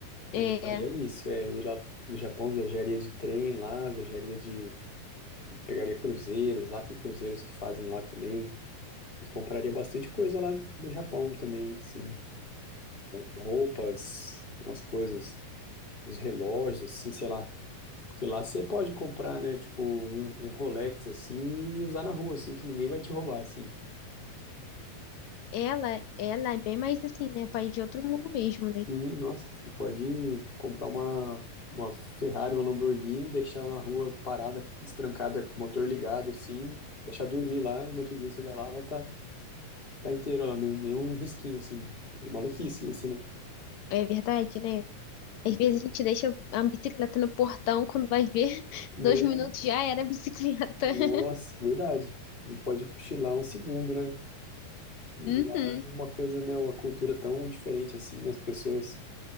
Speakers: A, on the left; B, on the left.
A: Mas
B: É,
A: eu faria isso, é, eu ir lá no Japão, viajaria de trem lá, viajaria de... Pegaria cruzeiros lá, tem cruzeiros que fazem lá também. E compraria bastante coisa lá do Japão também, sim. Roupas, umas coisas, uns relógios, assim, sei lá. Que lá você pode comprar, né, tipo, um, um Rolex, assim, e usar na rua, assim, que ninguém vai te roubar, assim.
B: ela, ela é bem mais assim, né? País de outro mundo mesmo, né?
A: Sim, nossa, você pode comprar uma, uma Ferrari, uma Lamborghini, deixar na rua parada, destrancada, com o motor ligado, assim, deixar dormir lá, no outro dia você vai lá, vai estar tá, tá inteiro, ó, nem- nenhum risquinho, assim. É Maluquice isso, né?
B: É verdade, né? Às vezes a gente deixa a bicicleta no portão, quando vai ver, <laughs>
A: Né?
B: dois minutos já era a bicicleta.
A: Nossa,
B: <laughs>
A: verdade. Não pode cochilar um segundo, né? E
B: Uhum.
A: lá é uma coisa, né, uma cultura tão diferente, assim, né? As pessoas,